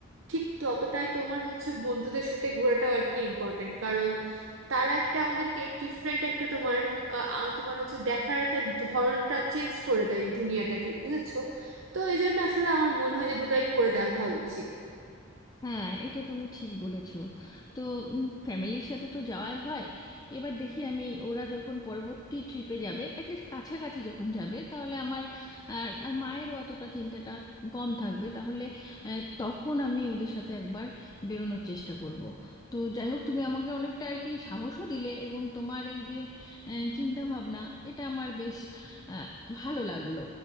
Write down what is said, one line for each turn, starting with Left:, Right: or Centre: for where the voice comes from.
Right: ঠিক ততটাই তোমার হচ্ছে বন্ধুদের সাথে ঘোরাটাও আর কি ইম্পর্টেন্ট কারণ তারা একটা আমাদেরকে ডিফারেন্ট একটা তোমার আহ, আহ, তোমার হচ্ছে দেখার একটা ধরনটা চেঞ্জ করে দেয় দুনিয়াটাকে বুঝেছো তো এই জন্য আসলে আমার মনে হয় যে দুটাই করে দেখা উচিত
Left: হ্যাঁ এটা তুমি ঠিক বলেছো তো উম, ফ্যামিলির সাথে তো যাওয়াই হয় এবার দেখি আমি ওরা যখন পরবর্তী ট্রিপে যাবে অ্যাটলিস্ট কাছাকাছি যখন যাবে তাহলে আমার আর আর মায়েরও অতটা চিন্তাটা কম থাকবে তাহলে আহ, তখন আমি ওদের সাথে একবার বেরোনোর চেষ্টা করব তো যাই হোক তুমি আমাকে অনেকটা আর কি সাহসও দিলে এবং তোমার এই যে আহ, চিন্তা ভাবনা এটা আমার বেশ আহ, ভালো লাগলো